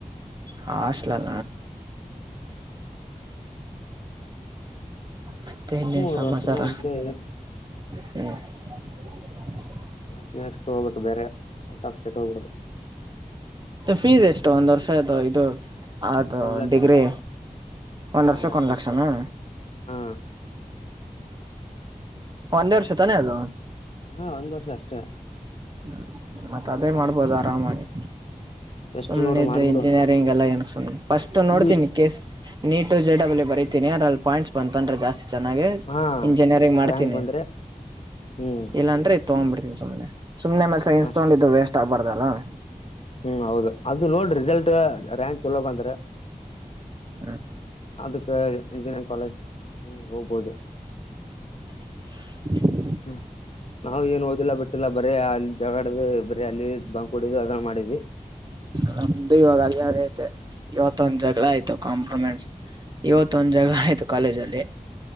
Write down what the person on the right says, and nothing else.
ಹಾಸ್ಟ್ಳಲ್ಲ. ಮತ್ತೆ ಇನ್ನೇನ್
ಸಮಾಚಾರ
<inaudible>
ಫೀಸ್ ಎಷ್ಟು ಒಂದ್ ವರ್ಷ ಆಯ್ತು ಇದು. ಅದು
ಡಿಗ್ರಿ ಒಂದು ವರ್ಷ್ಕ್
ಒಂದು ಲಕ್ಷನಾ.
ಒಂದೇ ವರ್ಷ ತಾನೆ ಅದು.
ಹ್ಮ ಮತ್ತ ಅದೇ ಮಾಡ್ಬೋದು ಆರಾಮಾಗಿ.
ಸುಮ್ನಿದು
ಇಂಜಿನಿಯರಿಂಗ್ ಎಲ್ಲ ಏನಕ್ ಸುಮ್ನೆ ಫಸ್ಟ್ ನೋಡ್ತೀನಿ
ಕೇಸ್. ನೀಟು ಜೆಡಬ್ಲ್ಯ ಬರೀತೀನಿ ಅದ್ರಲ್ಲಿ ಪಾಯಂಟ್ಸ್ ಬಂತಂದ್ರೆ ಜಾಸ್ತಿ. ಚೆನ್ನಾಗೆ
ಇಂಜಿನಿಯರಿಂಗ್ ಮಾಡ್ತೀನಿ
ಇಲ್ಲಾಂದ್ರೆ ಇ. ತೋಂಬಿಡ್ತೀನಿ ಸುಮ್ಮನೆ. ಸುಮ್ಮನೆ ಮತ್ ಸೈನ್ಸ್
ತೋಂಡಿದ್ದು ವೇಸ್ಟ್ ಆಗ್ಬಾರ್ದಲ. <inaudible>
ಹ.
<unintelligible>
ನಮ್ದು ಇವಾಗ ಅಲ್ಲಿ ಯಾಗೈತೆ. ಇವತೊಂದ್ ಜಗಳ ಆಯ್ತು ಕಾಂಪ್ರಮೈಂಸ್. ಇವತ. ಮತ್ತೊಂದ್ ಜಗಳ ಆಯ್ತು ಕಾಲೇಜ್ ಅಲ್ಲಿ